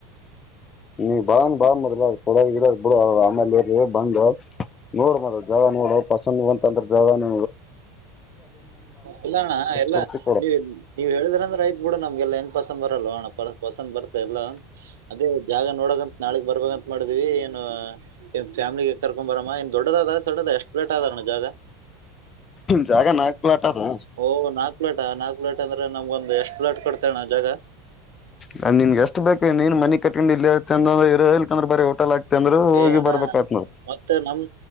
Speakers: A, on the left (about 30°); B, on the right (about 80°).
A: ನೀ ಬಾ ಮೊದಲ ಕೊಡದ ಗಿಡದ ಬಿ ಆಮೇಲೆ ಬಂದ ನೋಡ ಮದ ಜಾಗ ನೋಡು ಪಸಂದ ಬಂತ ಅಂದ್ರ ಜಾಗನ್
B: ಇಲ್ಲ ಅಣ್ಣ ಎಲ್ಲಾ
A: ಕೊಡ್ತಿ ಕೊಡು
B: ನೀವ್ ನೀವ್ ಹೇಳಿದ್ರ ಅಂದ್ರೆ ಐತ್ ಬಿಡ ನಮ್ಗೆಲ್ಲ ಎ ಪಸಂದ್ ಬರಲ್ವಾ ಅಣ್ಣ ಪಸಂದ್ ಬರ್ತ ಎಲ್ಲಾ ಅದೇ ಜಾಗ ನೋಡಕ ನಾಳಗ್ ಬರ್ಬಂತ ಮಾಡ್ವಿ ಏನು ಫ್ಯಾಮಿಲಿಗೆ ಕರ್ಕೊ ಬರಾನ್ ದೊಡ್ಡದ ಸಣ್ಣದ ಅಷ್ಟ ಪ್ಲೇಟ್ ಅದ ಜಾಗ
A: ಜಾಗ ನಾಕ್ ಪ್ಲಾಟ್ ಅದು
B: ಓಹ ನಾಕ್ ಪ್ಲೇಟ ನಾಕ್ ಪ್ಲಾಟ್ ಅಂದ್ರ ನಮ್ಗ ಒಂದ ಎಷ್ಟ್ ಪ್ಲಾಟ್ ಕೊಡತಿ ಅಣ್ಣ ಜಾಗ
A: ನಾನ್ ನಿನ್ಗೆ ಎಷ್ಟು ಬೇಕೇ ನೀನ್ ಮನಿಗ್ ಕಟ್ಕೊಂಡ್ ಇಲ್ಲ ಇರ ಇಲ್ಕಂದ್ರೆ ಬರೀ ಹೋಟೆಲ್ ಹಾಕ್ತ ಅಂದ್ರ ಹೋಗಿ
B: ಏ ಅಣ್ಣ
A: ಬರ್ಬೇಕ ಆತ್ ನಾವು
B: ಮತ್ತ ನಮ್